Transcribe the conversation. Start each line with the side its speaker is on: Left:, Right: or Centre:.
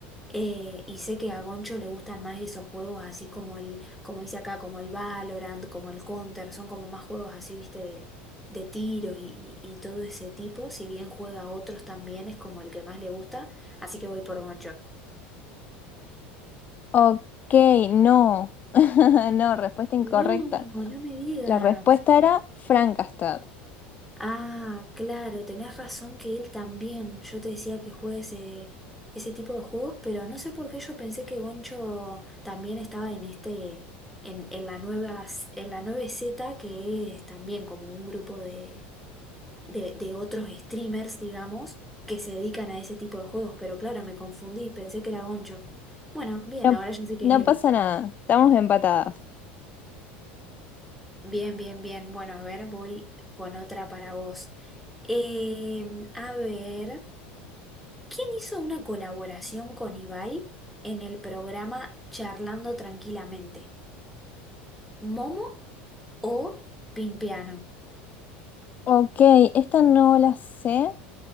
Centre: Eh, y sé que a Goncho le gustan más esos juegos así como el, como dice acá, como el Valorant, como el Counter. Son como más juegos así, viste, de, de tiros y, y todo ese tipo. Si bien juega a otros también, es como el que más le gusta. Así que voy por Goncho.
Left: Ok, no. <laughs> No, respuesta incorrecta.
Centre: No, no me digas.
Left: La respuesta era Frankastad.
Centre: Ah, claro, tenés razón que él también. Yo te decía que juegue ese, ese tipo de juegos, pero no sé por qué yo pensé que Goncho también estaba en este, en, en la nueva, s- en la nueve z que es también como un grupo de, de, de otros streamers, digamos, que se dedican a ese tipo de juegos. Pero claro, me confundí, pensé que era Goncho. Bueno, bien,
Left: No,
Centre: ahora yo sé que
Left: no
Centre: es él.
Left: pasa nada, estamos empatadas.
Centre: Bien, bien, bien. Bueno, a ver, voy con otra para vos. Em, a ver. ¿Quién hizo una colaboración con Ibai en el programa Charlando Tranquilamente? ¿Momo o Pimpiano?
Left: Ok, esta no la sé,